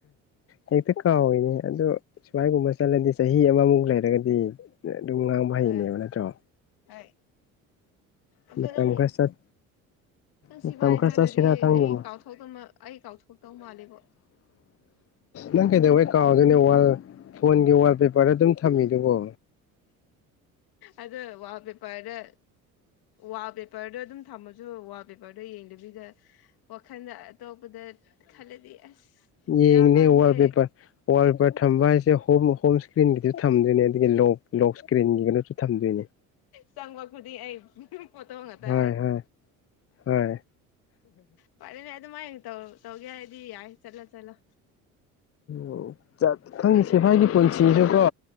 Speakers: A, on the left; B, on the left.
A: ꯍꯦꯛꯇ ꯀꯥꯎꯏꯅꯦ ꯑꯗꯣ ꯁꯨꯃꯥꯏꯒꯨꯝꯕ ꯆꯠꯂꯗꯤ ꯆꯍꯤ ꯑꯃꯃꯨꯛ ꯂꯩꯔꯒꯗꯤ ꯑꯗꯨꯝ ꯉꯥꯡꯕ
B: ꯍꯣꯏ
A: ꯍꯩꯕ ꯅꯠꯇ꯭ꯔꯣ
B: ꯍꯣꯏ ꯑꯗꯣ
A: ꯃꯇꯝ
B: ꯅꯪ
A: ꯈꯔ ꯆꯠ
B: ꯅꯪ
A: ꯃꯇꯝ
B: ꯁꯤ ꯚꯥꯏ
A: ꯈꯔ
B: ꯆꯠꯂꯗꯤ
A: ꯆꯠꯁꯤꯔꯥ ꯈꯪꯗꯦꯅꯦ
B: ꯑꯩ ꯀꯥꯎꯊꯣꯛꯇꯧ ꯑꯩ ꯀꯥꯎꯊꯣꯛꯇꯧ ꯃꯥꯜꯂꯦꯕꯣ
A: ꯅꯪ ꯀꯩꯗꯧꯕꯩ ꯀꯥꯎꯗꯣꯏꯅꯦ ꯐꯣꯟꯒꯤ ꯋꯥꯜꯄꯦꯄꯔꯗ ꯑꯗꯨꯝ ꯊꯝꯃꯤꯗꯨꯕꯣ
B: ꯑꯗꯣ ꯋꯥꯜꯄꯦꯕꯔꯗ ꯋꯥꯜ ꯄꯦꯄꯔꯗꯣ ꯑꯗꯨꯝ ꯊꯝꯃꯁꯨ ꯋꯥꯜ ꯄꯦꯄꯔꯗꯣ ꯌꯦꯡꯗꯕꯤꯗ ꯋꯥꯈꯜꯗ ꯑꯇꯣꯞꯄꯗ ꯈꯜꯂꯗꯤ ꯑꯁ
A: ꯑꯦ
B: ꯕꯦꯔꯥ
A: ꯌꯦꯉꯦ
B: ꯀꯥꯅꯤꯌꯦ
A: ꯋꯥꯜꯄꯦꯄꯔ ꯋꯥꯜ ꯄꯦꯄꯔ ꯊꯝꯕ ꯍꯥꯏꯁꯦ ꯍꯣꯝ ꯍꯣꯝ ꯏꯁꯀ꯭ꯔꯤꯟꯒꯤꯗꯨꯁꯨ ꯊꯝꯗꯣꯏꯅꯦ ꯑꯗꯒꯤ ꯂꯣꯛ ꯂꯣꯛ ꯏꯁꯀ꯭ꯔꯤꯟꯒꯤꯒꯅꯁꯨ ꯊꯝꯗꯣꯏꯅꯦ
B: ꯆꯪꯕ ꯈꯨꯗꯤꯡ ꯑꯩ ꯄꯣꯠꯇꯣ ꯉꯛꯗ
A: ꯍꯣꯏ ꯍꯣꯏ ꯍꯣꯏ
B: ꯐꯔꯦꯅꯦ ꯑꯗꯨꯃꯥꯏꯅꯧꯔ ꯇꯧꯒꯦ ꯍꯥꯏꯔꯗꯤ ꯌꯥꯏ ꯆꯠꯂ ꯆꯠꯂꯣ
A: ꯑꯣ ꯈꯪꯉ
B: ꯀꯩ
A: ꯁꯤꯦꯐꯥꯏꯒꯤ ꯄꯨꯟꯁꯤꯁꯨ
B: ꯃꯊꯪ
A: ꯀꯣ